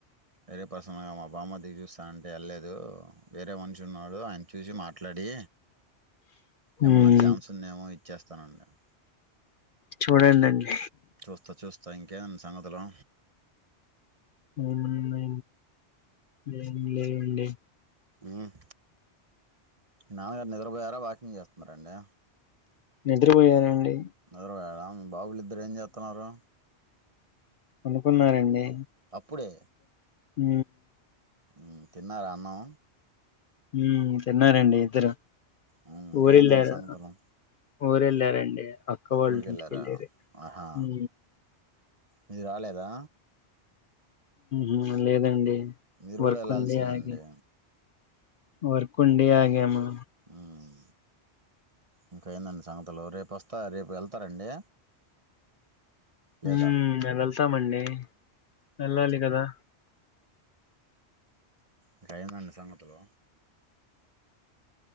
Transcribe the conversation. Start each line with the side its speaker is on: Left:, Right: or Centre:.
Right: వేరే పర్సన్ మా బామర్ది చూస్తా అంటే లేదు వేరే మనిషి ఉన్నాడు ఆయన చూసి మాట్లాడి
Left: <inaudible> హ్మ్
Right: ఏమన్న ఛాన్స్ ఉందేమో ఇచ్చేస్తా అన్నాడు
Left: చూడండి అండి
Right: చూస్తా చూస్తా ఇంకేమ్ సంగతులూ
Left: అవునండి ఏమీలేదండి
Right: ఊహ్ నాన్నగారు నిద్ర బొయారా వాకింగ్ చేస్తున్నారా అండి
Left: నిద్ర పోయారు అండి
Right: నిద్ర పోయారా మీ బాబులు ఇద్దరు ఏం చేతాన్నారు
Left: పనుకున్నారండీ.
Right: అప్పుడే
Left: ఊ
Right: ఉ తిన్నారా అన్నము
Left: ఊ తిన్నారండి ఇద్దరు
Right: మ్మ్. ఇంకేందండి
Left: ఊరు ఎల్లారు
Right: సంగతులు
Left: ఊరు వెళ్ళారండి. అక్క వాళ్ళ
Right: ఊరికి వెళ్ళారా
Left: ఇంటికి వెళ్ళరు
Right: ఆహా
Left: ఉ
Right: మీరు రాలేదా
Left: ఉహు లేదండి
Right: మీరు
Left: వర్క్
Right: కూడా వెళ్ళాల్సిందండి
Left: ఉండి ఆగా వర్క్ ఉండీ ఆగాము
Right: మ్మ్. ఇంకా ఏందండి సంగతులు రేపు వస్తా రేపు వెళ్తారండి లేదా
Left: ఊమ్ మేము వెళ్తామండీ వెళ్ళాలి కదా
Right: ఇంకెందండి సంగతులు